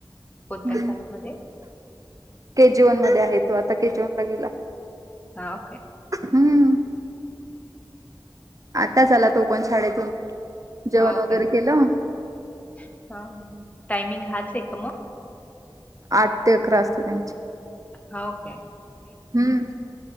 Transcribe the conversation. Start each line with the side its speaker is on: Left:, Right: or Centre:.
Left: कोणत्या
Right: हम्म
Left: क्लासमध्ये?
Right: के जी वन मध्ये आहे, तो आता के जी वनला गेला.
Left: हाव काय
Right: हम्म आताच आला तो पण शाळेतून, जेवण
Left: ओके
Right: वगैरे केलं.
Left: हा हा टाइमिंग हाच का म?
Right: आठ ते अकरा असते त्यांची
Left: होके
Right: हम्म,